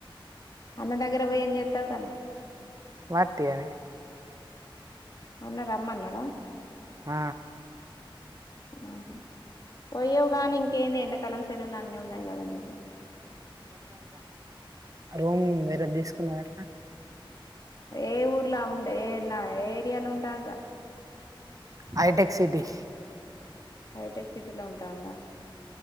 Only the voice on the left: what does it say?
అన్న దగర పోయి ఏం చెతవురా
అన్న రమ్మన్నాడా
ఆహ పోయ్యోగాని కేంది ఎండకాలం సెలవులు అన్ని ఉన్నాయి కదా నీకు
ఏ ఊర్లో ఉండే ఏ నా ఏ ఏరియాలో ఉంటారంటారా
హైటెక్ సిటీలో ఉంటాండా